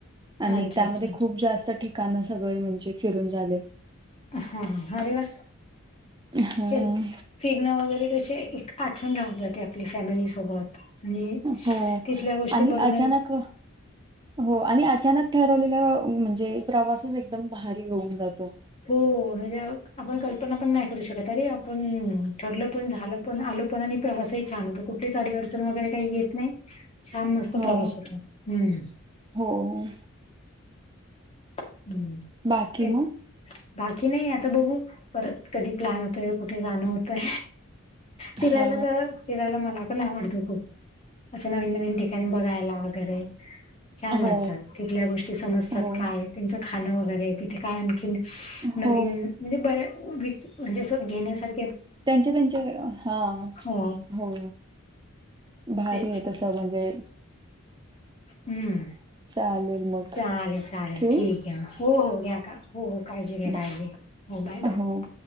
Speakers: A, on the right (about 20°); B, on the left (about 30°).
A: आणि
B: अच्छा
A: त्यामध्ये
B: अच्छा
A: खूप जास्त ठिकाण सगळं म्हणजे फिरून झाले.
B: हा, अरे वा!
A: हं,
B: हेच फिरणं वगैरे कसे एक आठवण राहुन जाते आपली फॅमिली सोबत आणि
A: हो
B: तिथल्या गोष्टी
A: आणि
B: बघण्यात
A: अचानक हो आणि अचानक ठरवलेला म्हणजे प्रवासच एकदम भारी होऊन जातो.
B: हो म्हणजे आपण कल्पना पण नाही करू शकत. अरे आपण ठरलं पण झालं पण आलोपण आणि प्रवासही छान होतो. कुठल्या <inaudible> अडचण वगैरे काही येत नाही छान मस्त
A: हो
B: प्रवास होतो, हम्म!
A: हो हो!
B: <inaudible>
A: बाकी
B: तेच
A: मग?
B: बाकी नाही आता बघू परत कधी प्लॅन होतोय कुठे जाणं होतंय. फिरायला
A: हा
B: तर फिरायला मला पण आवडतं खूप असं नवीन नवीन ठिकाणी बघायला वगैरे, छान वाटतात
A: हो
B: तिथल्या गोष्टी समजतात
A: हो
B: काय त्यांचं खाणं वगैरे तिथे काय आणखी नवीन
A: हो
B: म्हणजे बर्या व म्हणजे अस घेण्यासार
A: त्यांच्या त्यांच्या, हा
B: हो
A: हो! भारी
B: तेच
A: हाय तस म्हणजे
B: हम्म
A: चालेल मग
B: चालेल चालेल
A: ठेवू?
B: ठीक हाय हो हो घ्या का हो हो काळजी घ्या काळजी
A: बाय
B: घ्या हो बाय बाय.
A: हो.